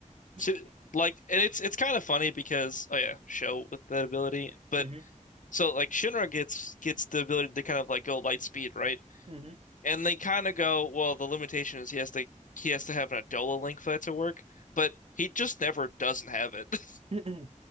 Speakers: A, on the left; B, on the right.
A: So
B: <laughs>
A: like, and it's it's kind of funny because oh yeah, Show with that ability, but
B: hmm
A: so like Shinra gets gets the ability to kind of like go light speed, right?
B: hmm
A: And they kind of go, well, the limitation is he has to he has to have an Adola link for that to work, but he just never doesn't have it. <laughs>
B: hmm